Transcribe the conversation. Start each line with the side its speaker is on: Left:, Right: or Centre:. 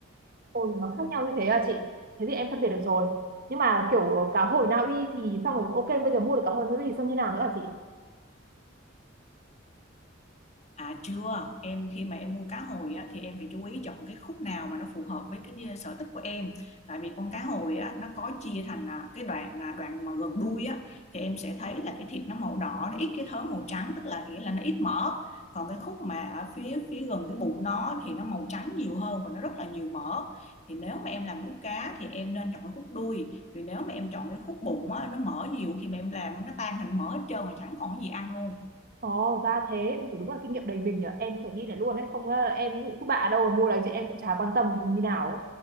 Right: ôi nó khác nhau như thế à chị thế thì em phân biệt được rồi nhưng mà kiểu ờ, cá hồi Na Uy thì xong rồi ok bây giờ mua được cá hồi Na Uy thì xong như nào nữa hả chị
Left: À chưa, em khi mà em mua cá hồi á, thì em phải chú ý chọn cái khúc nào mà nó phù hợp với cái sở thích của em. Tại vì con cá hồi á, nó có chia thành à, cái đoạn à, đoạn mà gần đuôi á, thì em sẽ thấy là cái thịt nó màu đỏ, nó ít cái thớ màu trắng, tức là nghĩa là nó ít mỡ. Còn cái khúc mà ở phía phía gần cái bụng nó thì nó màu trắng nhiều hơn và nó rất là nhiều mỡ. Thì nếu mà em làm đũa cá thì em nên chọn cái khúc đuôi. Vì nếu mà em chọn cái khúc bụng á, nó mỡ nhiều khi mà em làm nó tan thành mỡ hết trơn mà chẳng còn cái gì ăn luôn.
Right: Ồ ra thế Ui, đúng là kinh nghiệm đầy mình nhở em phải ghi lại luôn đấy không ờ, em cứ bạ đâu mà mua đấy chị em cũng chả quan tâm như nào ấy